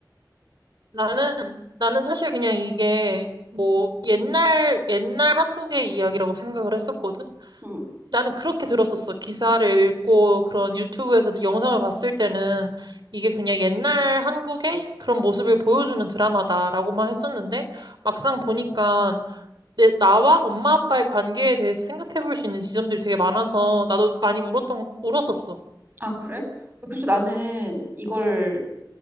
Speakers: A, on the right (about 70°); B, on the right (about 25°).
A: 나는, 나는 사실 그냥 이게 뭐 옛날, 옛날 한국의 이야기라고 생각을 했었거든?
B: 응.
A: 나는 그렇게 들었었어. 기사를 읽고 그런 유튜브에서 영상을 봤을 때는 이게 그냥 옛날 한국의 그런 모습을 보여주는 드라마다라고만 했었는데 막상 보니까 내, 나와 엄마 아빠의 관계에 대해서 생각해 볼 수 있는 지점들이 되게 많아서 나도 많이 울었던, 울었었어.
B: 아, 그래? 그래서 나는 이걸